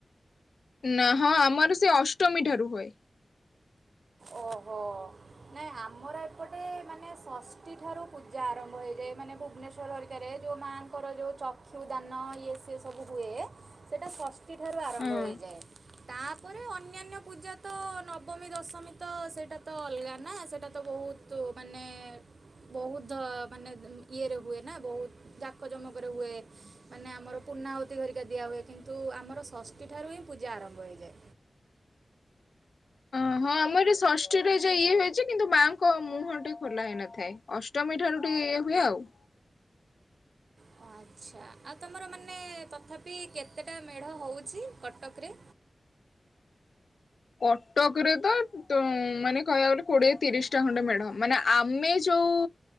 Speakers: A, on the left; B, on the right.
A: ନା ହଁ ଆମର ସେ ଅଷ୍ଟମୀ ଠାରୁ ହୁଏ।
B: ଓହୋଃ ନାଇଁ ଆମର ଏପଟେ ମାନେ ଷଷ୍ଠୀଠାରୁ ପୂଜା ଆରମ୍ଭ ହୋଇଯାଏ ମାନେ ଭୁବନେଶ୍ଵର ହେରିକାରେ ଯୋଉ ମାଆଙ୍କର ଯୋଉ ଚକ୍ଷୁ ଦାନ ଇଏ ସିଏ ସବୁ ହୁଏ ସେଇଟା ଷଷ୍ଠୀ ଷଷ୍ଠୀଠାରୁ ଆରମ୍ଭ
A: ହଁ
B: ହେଇଯାଏ। ତାପରେ ଅନ୍ୟାନ୍ୟ ପୂଜା ତ ନବମୀ ଦଶମୀ। ତ ସେଇଟା ତ ଅଲଗା ନା, ସେଇଟା ତ ବହୁତ ମାନେ ବହୁତ ମାନେ ଇଏରେ ହୁଏ ନା ବହୁତ ଜାକଜମକରେ ହୁଏ ମାନେ ଆମର ପୂର୍ଣ୍ଣାହୁତି ହେରିକା ଦିଆ ହୁଏ କିନ୍ତୁ ଆମର ଷଷ୍ଠୀ ଠାରୁ ହିଁ ପୂଜା ଆରମ୍ଭ ହେଇଯାଏ।
A: ହଁ ହଁ ଆମର ଏ ଷଷ୍ଠୀରେ ଯେ ଇଏ ହୁଏ ଯେ, କିନ୍ତୁ ମାଆଙ୍କ ମୁହଁଟି ଖୋଲା ହେଇନଥାଏ ଅଷ୍ଟମୀ‌ ଠାରୁ ଟିକେ ଇଏ ହୁଏ ଆଉ।
B: ଓ ଆଚ୍ଛା ଆଉ ତମର ମାନେ ତଥାପି କେତେଟା ମେଢ ହଉଛି କଟକରେ?
A: କଟକରେ ତ ମାନେ କହିବାକୁ ଗଲେ କୋଡିଏ ତିରିଶଟା ଖଣ୍ଡେ ମେଢ଼ ମାନେ ଆମେ ଯୋଉ